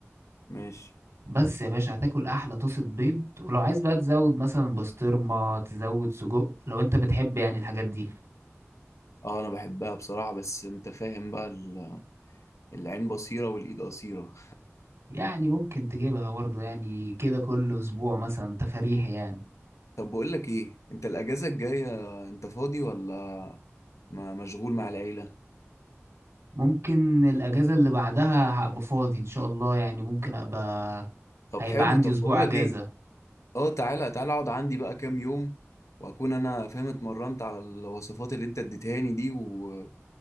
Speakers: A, on the left (about 80°); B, on the right (about 65°).
A: ماشي
B: بس يا باشا هتاكل احلى طاسه بيض ولو عايز بقى تزود مثلا بسطرمه تزود سجق لو انت بتحب يعني الحاجات دي
A: اه انا بحبها بصراحة بس انت فاهم بقى ال- العين بصيرة والايد قصيرة
B: يعني ممكن تجيبها برضه يعني كده كل اسبوع مثلا تفاريح يعني
A: طب بقول لك ايه انت الاجازة الجاية انت فاضي ولا ما مشغول مع العيلة
B: ممكن الاجازه اللي بعدها هبقى فاضي ان شاء الله يعني ممكن ابقى
A: طب
B: هيبقى
A: حلو
B: عندي
A: طب
B: اسبوع
A: بقول
B: اجازه
A: لك ايه اه تعالى تعالى اقعد عندي بقى كام يوم واكون انا فاهم اتمرنت على الوصفات اللي انت اديتهاني دي و...